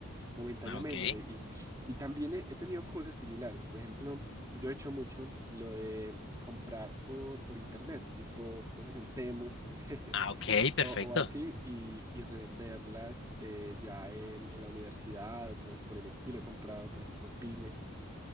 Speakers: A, on the right; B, on the left.
A: momentáneamente.
B: Ah, ok.
A: Y, y también he, he tenido cosas similares. Por ejemplo, yo he hecho mucho lo de comprar por, por internet, tipo cosas en Temu <laughs>
B: Ah, ok,
A: o,
B: perfecto.
A: o así, y, y revenderlas eh, ya en, en la universidad o cosas por el estilo. He comprado, por ejemplo, pines